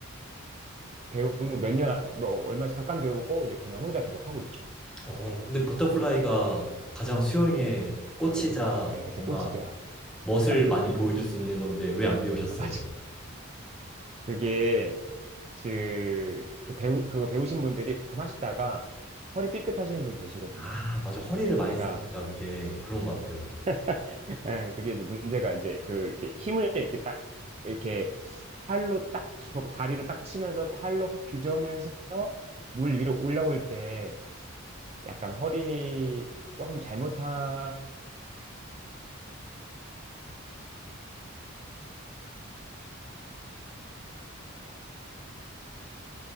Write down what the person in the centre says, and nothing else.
어,
근데 버터플라이가 가장 수영의 꽃이자
뭔가
멋을
많이 보여줄 수 있는 건데 왜 안 배우셨어요?
아, 맞아. 허리를
많이
쓰니까 그게 그런 것 같아요.